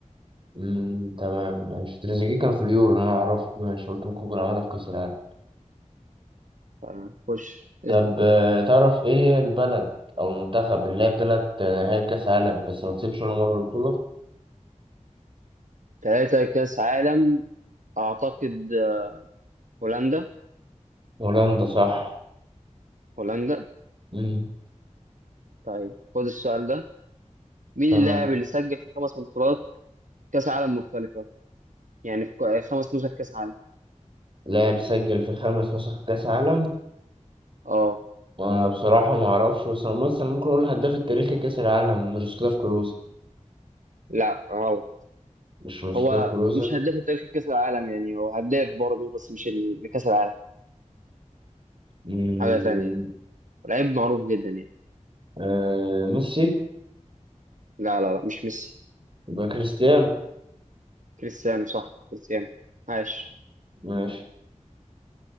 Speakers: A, on the right; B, on the right.
A: مم، تمام ماشي تريزيجيه كان في اليورو أنا أعرفه ماشي قلت ممكن يكون عملها في كأس العالم
B: آه، خش اسأل
A: طب آه، تعرف إيه هي البلد أو المنتخب اللي لعب تلات نهائي كأس عالم بس ما كسبش ولا مرة البطولة؟
B: ثلاثة كأس عالم أعتقد آه، هولندا
A: هولندا صح
B: هولندا
A: مم.
B: طيب خد السؤال ده مين
A: تمام
B: اللاعب اللي سجل في خمس بطولات كأس عالم مختلفة يعني في كو- خمس نسخ كأس عالم
A: لاعب سجل في خمس نسخ كأس عالم
B: اه
A: وأنا بصراحة ما أعرفش بس أنا مثلا ممكن أقول الهداف التاريخي كأس العالم ميروسلاف كلوزا
B: لا غلط
A: مش ميروسلاف
B: هو
A: كلوزا
B: مش هداف تاريخ كأس العالم يعني هو هداف برضه بس مش ال- لكأس العالم
A: مم.
B: حاجة تانية يعني لعيب معروف جدا يعني
A: آه ميسي
B: لا لا لا مش ميسي
A: يبقى كريستيانو
B: كريستيانو صح كريستيانو عاش
A: ماشي